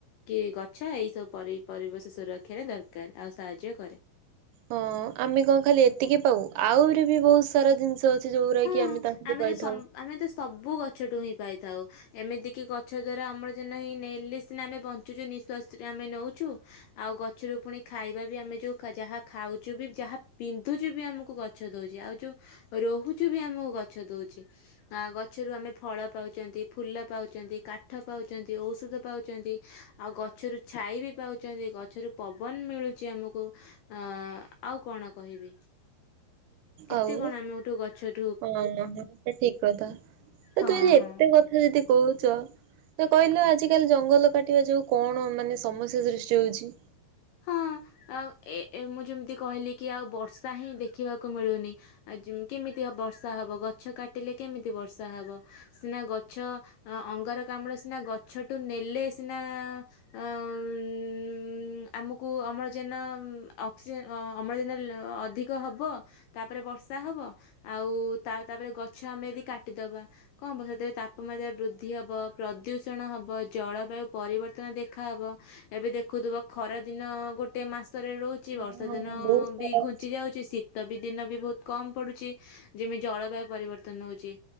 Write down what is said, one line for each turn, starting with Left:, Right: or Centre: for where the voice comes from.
Left: କି ଗଛ ଏଇ ସବୁ ପରେ-ପରିବେଶ ସୁରକ୍ଷାରେ ଦରକାର ଆଉ ସାହାଯ୍ୟ କରେ।
Right: ହଁ ଆମେ କଣ ଖାଲି ଏତିକି ପାଉ ଆହୁରି ବି ବହୁତ୍ ସାରା ଜିନିଷ ଅଛ୍ ସେ ଯୋଉରା
Left: ହଁ
Right: କି ଆମେ ତାଠୁ ପାଇଥାଉ
Left: ତ ସମ୍ ଆମେ ତ ସବୁ ଗଛଠୁ ହିଁ ପାଇଥାଉ। ଏମିତି କିି ଗଛ ଦ୍ଵାରା ଅମ୍ଲଜାନ ହିଁ ନେଲେ ସିନା ଆମେ ବଞ୍ଚୁଚୁ ନିଃଶ୍ୱାସରେ ଆମେ ନଉଚୁ। ଆଉ ଗଛୁରୁ ପୁଣି ଖାଇବା ବି ଆମେ ଯୋଉ ଖା-ଯାହା ଖାଉଚୁ ବି ଯାହା ପିନ୍ଧୁଚୁ ବି ଆମକୁ ଗଛ୍ ଛ ଦଉଚି ଆଉ ଯୋଉ ରହୁଚୁ ବି ଆମୁକୁ ଗଛ ଦଉଚି। ଆଁ ଗଛୁରୁ ଆମେ ଫଳ ପାଉଚନ୍ତି ଫୁଲ ପାଉଚନ୍ତି କାଠ ପାଉଚନ୍ତି ଔଷଧ ପାଉଚନ୍ତି। ଆଉ ଗଛୁରୁ ଛାଇ ବି ପାଉଚନ୍ତି ଗଛୁରୁ ପବନ ମିଳୁଚି ଆମୁକୁ। ଆଁ ଆଉ କଣ କହିବି, କେତେ
Right: ଆଉ
Left: କଣ ଆମେ ଗୋଟେ ଗଛରୁ
Right: ହଁ ହଁ ସେ ଠିକ୍ କଥା। ଆ
Left: ହଁ
Right: ତୁ ଯଦି
Left: ହଁ
Right: ଏତେ କଥା ଯଦି କହୁଚ ତ କହିଲେ ଆଜିିକାଲି ଜଙ୍ଗଲ କାଟିବା ଯୋଗୁ କଣ ମାନେ ସମସ୍ୟା ସୃଷ୍ଟି ହଉଚି?
Left: ହଁ ଆ ଏ-ଏ ମୁଁ ଯେମିତି କହିଲି କି ଆଉ ବର୍ଷା ହିଁ ଦେଖିବାକୁ ମିଳୁନି ଆ ଯୋଁ କେମିତି ଆ ବର୍ଷା ହବ ଗଛ କାଟିଲେ କେମିତି ବର୍ଷା ହବ। ସିନା ଗଛ ଅଙ୍ଗାରକାମ୍ଲ ସିନା ଗଛଠୁ ନେଲେ ସିନା ଆମମମ ଆମୁକୁ ଅମ୍ଳଜାନ ଅକ୍ସିଜେନ ଅ-ଅମ୍ଳଜାନ ଅଧିକ ହବ। ତାପରେ ବର୍ଷା ହବ ଆଉ ତା ତାପରେ ଗଛ ଆମେ ଯଦି କାଟିଦବା କଣହବ ସେଥିରେ ତାପମାତ୍ରା ବୃଦ୍ଧି ହବ ପ୍ରଦୂଷଣ ହବ ଜଳବାୟୁ ପରିବର୍ତ୍ତନ ଦେଖାହେବ। ଏବେ ଦେଖୁଥୁବ ଖରା ଦିନ ଗୋଟେ ମାସରେ ରହୁଚି
Right: ହଁ
Left: ବର୍ଷା
Right: ହଁ
Left: ଦିନ
Right: ବହୁତ ଖରା
Left: ବି
Right: ହଉଛି।
Left: ଘୁଞ୍ଚି ଯାଉଚି ଶୀତ୍ ତ ବି ଦିନ ବି ବହୁତ୍ କମ ପଡୁଚି ଯେମିତି ଜଳବାୟୁ ପରିବର୍ତ୍ତନ ହଉଚି।